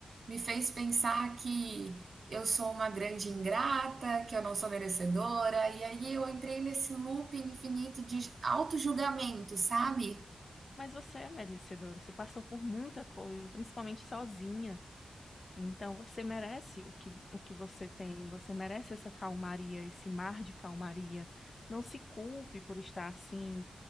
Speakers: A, on the right (about 70°); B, on the left (about 50°).
A: Me fez pensar que eu sou uma grande ingrata, que eu não sou merecedora, e aí eu entrei nesse loop infinito de auto-julgamento, sabe?
B: Mas você é merecedora, você passou por muita coisa, principalmente sozinha. Então você merece o que, o que você tem, você merece essa calmaria, esse mar de calmaria. Não se culpe por estar assim.